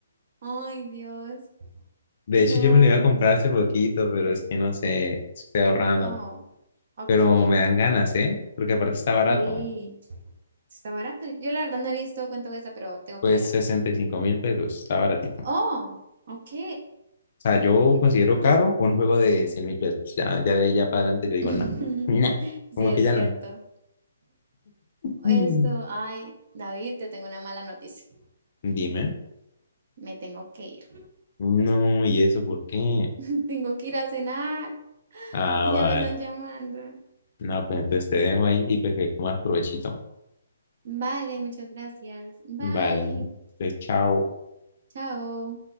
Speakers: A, on the right; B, on the left.
A: Ay, Dios.
B: De
A: No.
B: hecho, yo me lo iba a comprar hace poquito, pero es que no sé, estoy ahorrando.
A: Oh, ok.
B: Pero me dan ganas, ¿eh? Porque aparte está barato.
A: Sí, está barato. Yo la verdad no he visto cuánto cuesta, pero tengo
B: Pues
A: que mirar.
B: sesenta y cinco mil pesos, está baratito.
A: Oh, ok.
B: O sea, yo
A: Esto.
B: considero caro un juego de cien mil pesos. Ya, ya de ahí ya para adelante yo digo,
A: <laughs>
B: no, no,
A: Sí,
B: como
A: es
B: que ya
A: cierto.
B: no. Mm.
A: Esto, ay, David, te tengo una mala noticia.
B: Dime.
A: Me tengo que ir.
B: No, ¿y eso por qué?
A: <laughs> Tengo que ir a cenar
B: Ah,
A: y
B: vale.
A: ya me están llamando.
B: No, pues entonces te dejo ahí y pues que comas provechito.
A: Vale, muchas gracias. Bye.
B: Vale, entonces, chao.
A: Chao.